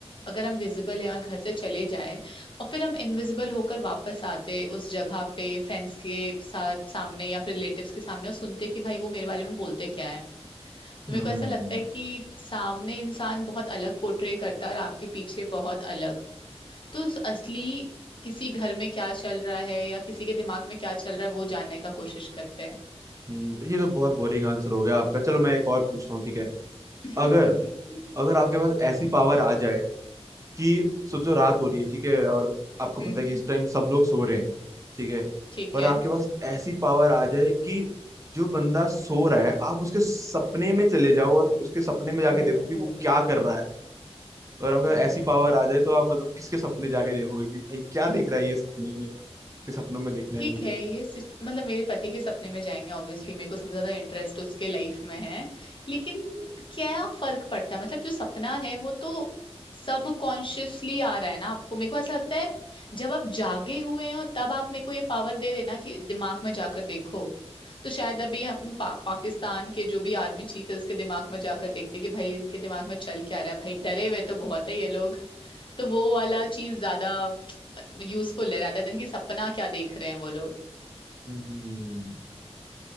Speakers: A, on the left; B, on the right.
A: अगर हम विजिबल हैं और घर से चले जाएं और फिर हम इनविजिबल होकर वापस आते उस जगह पे फ्रेंड्स के साथ सामने या फिर रिलेटिव्स के सामने और सुनते कि भाई वो मेरे बारे में बोलते क्या है तो
B: हम्म
A: मेरे को ऐसा लगता है कि सामने इंसान बहुत अलग पोर्ट्रे करता है और आपके पीछे बहुत अलग तो उस असली किसी घर में क्या चल रहा है या किसी के दिमाग में क्या चल रहा है वो जानने का कोशिश करते हैं
B: हम्म, ये तो बहुत बोरिंग आंसर हो गया आपका चलो मैं एक और पूछता हूँ ठीक है
A: <laughs>
B: अगर
A: हम्म
B: अगर आपके पास ऐसी पावर आ जाए कि सोचो रात हो रही है ठीक है और आपको
A: हम्म,
B: पता है कि इस टाइम सब लोग सो रहे हैं ठीक है
A: ठीक
B: पर
A: है
B: आपके पास ऐसी पावर आ जाए कि जो बंदा सो रहा है आप उसके सपने में चले जाओ और उसके सपने में जाके
A: ओ
B: देखो कि वो क्या कर रहा है और अगर
A: हम्म
B: ऐसी पावर आ जाए तो आप मतलब किसके सपने जाके देखोगे कि भाई क्या देख रहा है ये सपने में इसके सपनों में देखना
A: ठीक
B: है मुझे
A: है ये सिच... मतलब मेरे पति के सपने में जाएंगे ऑब्वियसली मेरे को सबसे ज्यादा इंटरेस्ट उसके लाइफ में है लेकिन क्या फर्क पड़ता है मतलब जो सपना है वो तो सब कॉन्शियसली आ रहा है ना आपको मेरे को ऐसा लगता है जब आप जागे हुए हैं और तब आप मेरे को ये पावर दे देना कि दिमाग में जाकर देखो तो शायद अभी हम पा, पाकिस्तान के जो भी आर्मी चीफ है उसके दिमाग में जाकर देखते कि भाई इनके दिमाग में चल क्या रहा है भाई डरे हुए तो बहुत है ये लोग तो वो वाला चीज ज्यादा यूजफुल है rather देन कि सपना क्या देख रहे हैं वो लोग
B: हम्म